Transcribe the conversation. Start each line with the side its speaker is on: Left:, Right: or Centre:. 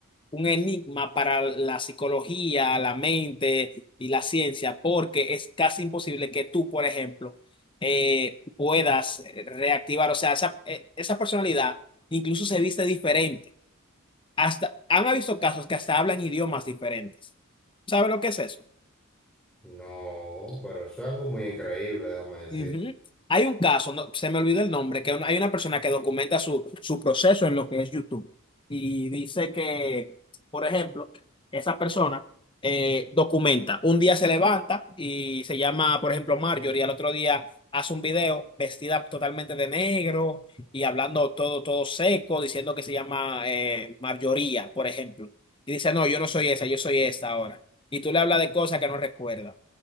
Left: un enigma para la psicología, la mente y la ciencia, porque es casi imposible que tú, por ejemplo, eh, puedas eh, reactivar, o sea, esa, eh, esa personalidad incluso se viste diferente. Hasta, han visto casos que hasta hablan idiomas diferentes. ¿Sabe lo que es eso?
Centre: No, pero eso es algo muy increíble, déjame decir.
Left: Ujú. Hay un caso, no- se me olvidó el nombre, que una- hay una persona que documenta su, su proceso en lo que es YouTube y dice que, por ejemplo, esa persona eh, documenta, un día se levanta y se llama, por ejemplo, Marjorie, al otro día hace un video vestida totalmente de negro y hablando todo, todo seco, diciendo que se llama eh, Marjoría, por ejemplo. Y dice, no, yo no soy esa, yo soy esta ahora. Y tú le hablas de cosas que no recuerda.